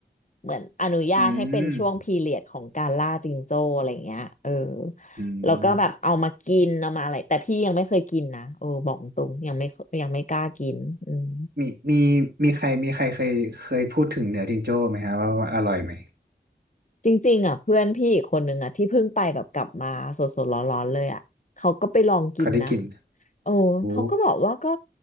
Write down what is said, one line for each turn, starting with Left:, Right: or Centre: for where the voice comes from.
Left: เหมือนอนุญาตให้เป็นช่วงพีเรียดของการล่าจิงโจ้อะไรเงี้ยเออ
Right: อืมอืม
Left: แล้วก็แบบเอามากินเอามาอะไรแต่พี่ยังไม่เคยกินนะเออบอกตรงยังไม่ยังไม่กล้ากินอืม
Right: มีมีมีใครมีใครเคยเคยพูดถึงเนื้อจิงโจ้ไหมฮะว่าว่าอร่อยไหม
Left: จริงๆอ่ะเพื่อนพี่อีกคนนึงอ่ะที่เพิ่งไปแบบกลับมาสดๆร้อนๆเลยอ่ะเขาก็ไปลองกินนะ
Right: เขาได้กิน
Left: โอ้เขาก็บอกว่าก็
Right: โอ้